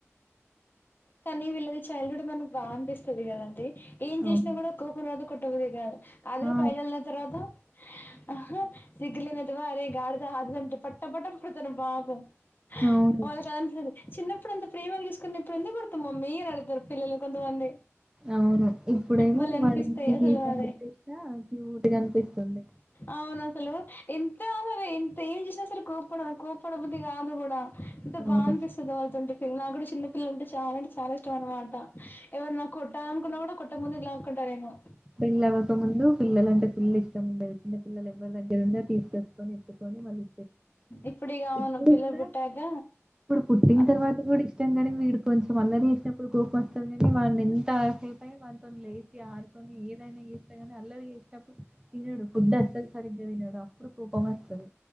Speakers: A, on the left; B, on the right.
A: కనీ వీళ్లది చైల్డ్ హుడ్ మనం బాగా అనిపిస్తది కదండి ఏం
B: అవును.
A: చేసినా కూడా కోపం రాదు కొట్టాబుద్ధి కాదు అది
B: ఆ!
A: ఒక ఐదేల్ల తర్వాత ఆహా సిగ్గు లేని వెధవ అరేయ్ గాడిద కాదు అండి పట్ట పట్ట కొడతాను పాపం <unintelligible>
B: అవును.
A: చిన్నప్పుడు అంత ప్రేమగ చుసుకున్నవ్ ఇప్పుడు ఎందుకు కొడుతున్నావ్. న్నవ్ మమ్మీ అని అడుగుతారు పిల్లలు కొంతమంది
B: అవును ఇప్పుడేమో
A: భలే
B: ఇప్పుడు
A: అనిపిస్తాయి అసలు
B: ఏం పని
A: అవి
B: చేసినా క్యూట్ గా అనిపిస్తది.
A: అవును అసలు ఎంత అసలు ఎంత ఏం చేసినా సరే కోప్పడకు బుద్ది కాదు కూడా ఎంత
B: అవును.
A: బాగా అనిపిస్తదో వాళ్ళతోటి నాకు కూడా చిన్న పిల్లలంటే చ చాలా చాలా ఇష్టం అన్నమాట ఎవరన్న కొట్టలి అనుకున్నా కూడా కొట్టక ముందే లాక్కుంటారేమో
B: పెళ్ల్లవ్వక ముందు పిల్లలాంటె ఫుల్ ఇష్టంముండేది చిన్న పిల్లలు ఎవరి దగ్గర ఉన్న తీసుకొచుకునేది. ని ఎత్తుకొని మళ్లీ
A: ఇప్పుడు ఇగ అవును
B: ఇప్పుడు
A: పిల్లలు
B: కూడా
A: పుట్టాక
B: ఇప్పుడు పుట్టిన
A: అట్లా
B: తర్వాత కూడా ఇష్టం కాని వీడు కొంచెం అల్లరీ చేసినప్పుడు కోపం వస్తది కానీ వాన్నీ ఎంతసేపైనా వంతోని లే ఆడు ఏదైనా చేస్తా కానీ అల్లరి చేేసినప్పుడు తినాడు ఫుడ్ అస్సలు సరిగ్గా తినన్నాడు అప్పుడు కోపం వస్తుది